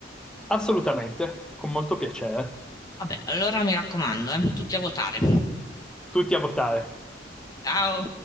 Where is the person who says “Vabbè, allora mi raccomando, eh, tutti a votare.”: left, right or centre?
Left